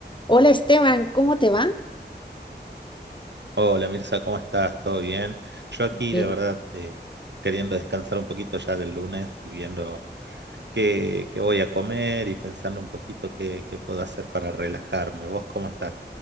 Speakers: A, on the left (about 25°); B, on the right (about 75°).
A: Hola Esteban, ¿cómo te va?
B: Hola Mirza, ¿cómo estás? ¿Todo bien? Yo aquí,
A: Bien.
B: la verdad, eh, queriendo descansar un poquito ya del lunes y viendo qué, qué voy a comer y pensando un poquito qué, qué puedo hacer para relajarme. ¿Vos cómo estás?